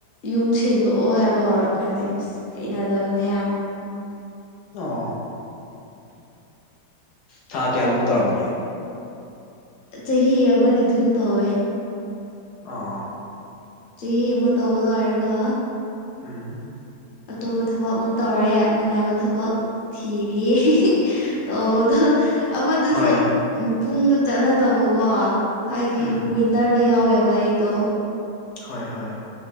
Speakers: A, on the left; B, on the left.
A: ꯌꯨꯝ ꯁꯦꯡꯗꯣꯛꯑꯣ ꯍꯥꯏꯕ ꯍꯧꯔꯛꯀꯦ ꯀꯅꯤ <unintelligible> ꯍꯩꯅꯗꯕꯅ ꯌꯥꯝ
B: ꯑꯣ ꯊ ꯀꯌꯥꯒꯨꯝꯕ ꯇꯧꯔꯝꯒꯦ
A: ꯆꯍꯤ ꯑꯃꯗꯤ ꯑꯗꯨꯝ ꯇꯧꯋꯦ
B: ꯑꯥ
A: ꯆꯦꯍ ꯃ ꯇꯥꯎꯕ ꯂ ꯍꯥꯏꯔꯒ
B: ꯎꯝ
A: ꯑꯇꯣꯞꯄ ꯊꯕꯛ ꯑꯃ ꯇꯧꯔꯦ ꯅꯨꯡꯉꯥꯏꯕ ꯊꯕꯛ ꯊꯤꯔꯤꯌꯦ ꯇꯧꯗꯣ ꯑꯃꯗꯨꯁꯨ
B: ꯍꯣꯏ
A: ꯄꯨꯡꯗ ꯆꯠꯅꯗꯕꯀꯣ ꯍꯥꯏꯗꯤ
B: ꯎꯝ
A: ꯋꯤꯟ ꯇꯔꯗ ꯌꯥꯎꯋꯦꯕ ꯑꯩꯗꯣ
B: ꯍꯣꯏ ꯍꯣꯏ